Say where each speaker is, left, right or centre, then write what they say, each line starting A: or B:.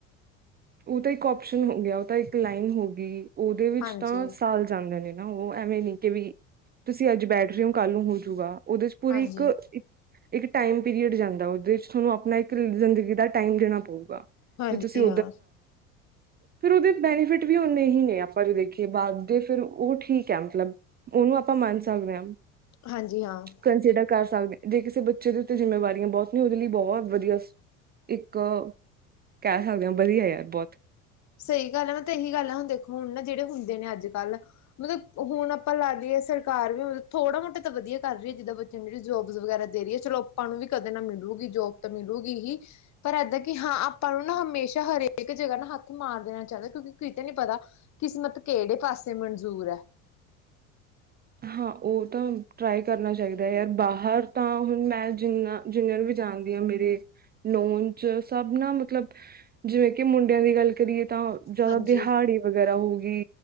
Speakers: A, on the right; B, on the left.
A: ਓ ਤਾਂ ਇੱਕ ਓਪਸ਼ਨ ਹੋ ਗਿਆ ਓ ਤਾਂ ਇੱਕ ਲਾਈਨ ਹੋ ਗੀ ਓਦੇ ਵਿੱਚ
B: ਹਾਂਜੀ
A: ਤਾਂ ਸਾਲ ਜਾਂਦੇ ਨੇ ਨਾ ਓ ਐਵੇਂ ਨੀ ਕਿ ਵੀ ਤੁਸੀਂ ਅੱਜ ਬੈਠ ਰੇ ਓ ਕੱਲ ਨੂੰ ਹੋਜੂਗਾ ਓਦੇ ਚ ਪੂਰੀ
B: ਹਾਂਜੀ
A: ਇੱਕ ਇੱਕ ਟਾਈਮ ਪੀਰੀਅਡ ਜਾਂਦਾ ਓਦੇ ਚ ਥੋਨੂੰ ਆਪਨਾ ਇੱਕ ਜ਼ਿੰਦਗੀ ਦਾ ਟਾਈਮ ਦੇਣਾ ਪਊਗਾ
B: ਹਾਂਜੀ
A: ਜੇ ਤੁਸੀਂ
B: ਹਾਂ
A: ਫੇਰ ਓਦੇ ਬੈਨੀਫਿਟ ਵੀ ਉਨੇ ਹੀ ਨੇ ਆਪਾਂ ਜੇ ਦੇਖੀਏ ਬਾਦ ਦੇ ਫਿਰ ਓ ਠੀਕ ਐ ਮਤਲਬ ਓਨੂੰ ਆਪਾਂ ਮੰਨ ਸਕਦੇ ਆ।
B: ਹਾਂਜੀ-ਹਾਂ।
A: ਕੰਨਸੀਡਰ ਕਰ ਸਕਦੇ ਆ ਜੇ ਕਿਸੇ ਬੱਚੇ ਦੇ ਉੱਤੇ ਜਿੰਮੇਵਾਰੀਆਂ ਬੋਤ ਨੇ ਓਦੇ ਲਈ ਬੋਹ ਵਦੀਆ ਇੱਕ ਕੈ ਸਕਦੇ ਆ ਵਦੀਆ ਯਾਰ ਬੋਤ
B: ਸਈ ਗੱਲ ਐ ਨਾ ਤੇ ਏਹੀ ਗੱਲ ਆ ਹੁਨ ਦੇਖੋ ਹੁਨ ਨਾ ਜੇੜੇ ਹੁੰਦੇ ਨੇ ਅੱਜ-ਕੱਲ ਮਤਲਬ ਹੁਨ ਆਪਾਂ ਲਾ ਦੀਏ ਸਰਕਾਰ ਵੀ ਮਤਲਬ ਥੋੜਾ-ਮੋਟਾ ਤਾਂ ਵਦੀਆ ਕਰ ਰਈ ਆ ਜਿੱਦਾਂ ਬੱ ਨੂੰ ਜੇੜੀ ਜੋਬਸ ਵਗੈਰਾ ਦੇ ਰਈ ਐ ਚਲੋ ਆਪਾਂ ਨੂੰ ਵੀ ਕਦੇ ਨਾ ਮਿਲੂਗੀ ਜੋਬ ਤਾਂ ਮਿਲੂਗੀ ਹੀ। ਪਰ ਏਦਾਂ ਕਿ ਹਾਂ ਆਪਾਂ ਨੂੰ ਨਾ ਹਮੇਸ਼ਾ ਹਰੇਕ ਜਗਾ ਨਾ ਹੱਥ ਮਾਰ ਦੇ ਰੈਣਾ ਚਾਈਦਾ ਕਿਉਂਕਿ ਕਿਤੇ ਨੀ ਪਤਾ ਕਿਸਮਤ ਕੇੜੇ ਪਾਸੇ ਮੰਨਜ਼ੂਰ ਐ।
A: ਹਾਂ ਔ ਤਾਂ ਟਰਾਈ ਕਰਨਾ ਚਾਹੀਦਾ ਐ ਯਾਰ ਬਾਹਰ ਤਾਂ ਹੁਨ ਮੈਂ ਜਿੰਨਾ ਜਿੰਨਿਆਂ ਨੂੰ ਵੀ ਜਾਂਨਦੀ ਆ ਮੇਰੇ ਨੋਨ 'ਚ ਸਭ ਨਾ ਮਤਲਬ ਜਿਵੇਂ ਕਿ ਮੁੰਡਿਆਂ ਦੀ ਗੱਲ ਕਰੀਏ ਤਾਂ ਜਦੋਂ
B: ਹਾਂਜੀ
A: ਦਿਹਾੜੀ ਵਗੈਰਾ ਹੋਗੀ